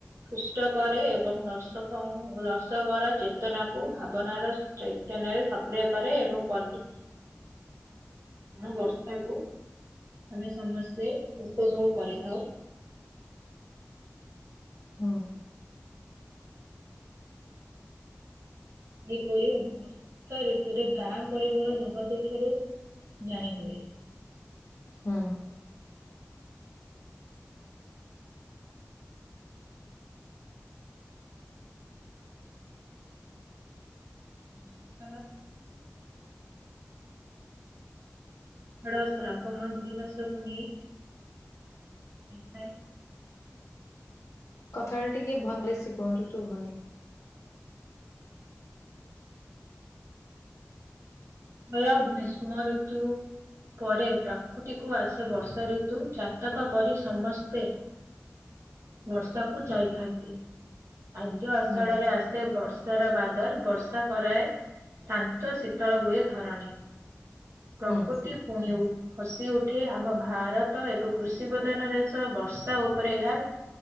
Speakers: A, on the right; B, on the left.
A: କୁଷ୍ଟ କରେ। ଏବଂ ନର୍ଶକ କୃଷକର ଚେତନାକୁ ଭାବନାର ଚୈତନ୍ୟରେ ସକ୍ରିୟ କରେ। ଏଣୁ ପଲ୍ଲୀ
B: ଓହୋ।
A: ଏଣୁ ବର୍ଷାକୁ ଆମେ ସମସ୍ତେ ଉପଭୋଗ କରିଥାଉ।
B: ହଁ।
A: ଏପରି ବର୍ଷା ଋତୁରେ ଗାଁ ପରିମଳ ଧୋବା ତୁଠରୁ ଜାଣି ହୁଏ।
B: ହଁ।
A: ବର୍ଷା। ଆଷାଢ ଶ୍ରାବଣ ଦୁଇ ମାସକୁୁ ନେଇ ହେଇଥାଏ।
B: କଥାଟା ଟିକେ ଭଲସେ କୁହନ୍ତୁ ଶୁଭନି।
A: ଆଷାଢ ଗୀଷ୍ମ ଋତୁ। ପରେ ପ୍ରକୃତିକୁ ଆସେ ବର୍ଷା ଋତୁ। ଚାତକ ପରି ସମସ୍ତେ ବର୍ଷାକୁ ଚାଇଥାନ୍ତି। ଆଦ୍ୟ ଆଷାଢରେ
B: ହୁଁ
A: ଆସେ ବର୍ଷାର ବାଦଲ ବର୍ଷା କରାଏ। ଶାନ୍ତ ଶୀତଳ ହୁଏ ଧରଣୀ। ପ୍ରକୃତି
B: ହୁଁ। ହୁଁ।
A: ପୁଣିଉ ହସି ଉଠେ ଆମ ଭାରତ ଏକ କୃଷି ପ୍ରଧାନ ଦେଶ ବର୍ଷା ଉପରେ ଏହା